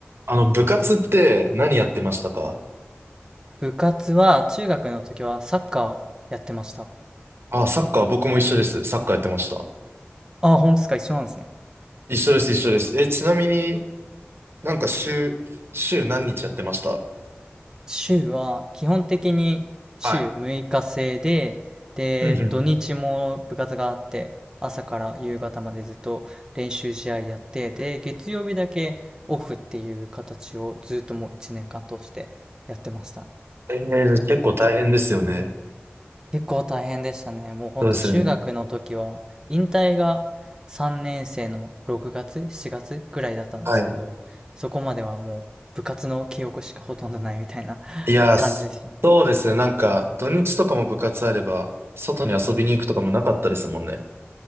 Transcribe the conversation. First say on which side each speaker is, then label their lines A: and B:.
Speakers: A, on the right (about 65°); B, on the right (about 15°).
A: あの、部活って何やってましたか
B: 部活は中学の時はサッカーをやってました。
A: あ、サッカー、僕も一緒です。サッカーやってました。
B: ああ、本当ですか、一緒なんですね。
A: 一緒です、一緒です。え、ちなみになんか週、週何日やってました
B: 週は基本的に週6日制で、
A: はい。
B: で、
A: うんうん。
B: 土日も部活があって、朝から夕方までずっと練習試合やって、で、月曜日だけオフっていう形をずっともう1年間通してやってました。
A: えー、結構大変ですよね。
B: 結構大変でしたね。もうほんと中学の時は、
A: そうですよね。
B: 引退が3年生の6月、7月ぐらいだったんですけど、
A: はい。
B: そこまではもう部活の記憶しかほとんどないみたいな <laughs>
A: いやー、
B: 感じでしたね。
A: すそうですね。なんか、土日とかも部活あれば、外に遊びに行くとかもなかったですもんね。